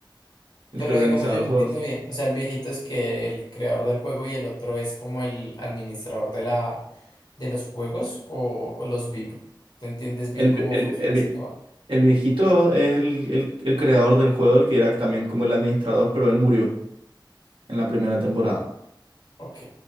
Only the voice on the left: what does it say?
Pero
digamos, yo
no
entiendo bien. O sea, el viejito es que el creador del juego y el otro es como el administrador de la, de los juegos o, o los VIP. ¿Tú entiendes bien
cómo
funciona
ese
tema?
Ok.